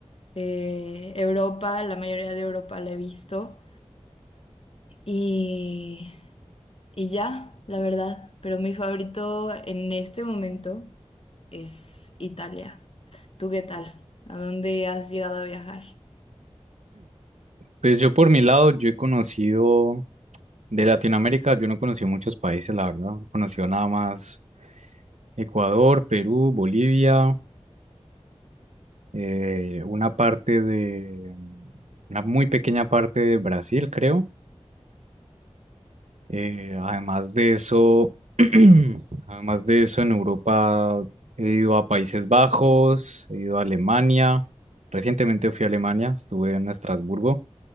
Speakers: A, on the left; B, on the right.
A: eh, Europa, la mayoría de Europa la he visto y y ya, la verdad, pero mi favorito en este momento es Italia. ¿Tú qué tal? ¿A dónde has llegado a viajar?
B: Pues yo por mi lado, yo he conocido de Latinoamérica, yo no conocí muchos países, la verdad, he conocido nada más. Ecuador, Perú, Bolivia, eh, una parte de, una muy pequeña parte de Brasil, creo. Eh, además de eso, <clears throat> además de eso, en Europa he ido a Países Bajos, he ido a Alemania. Recientemente fui a Alemania, estuve en Estrasburgo.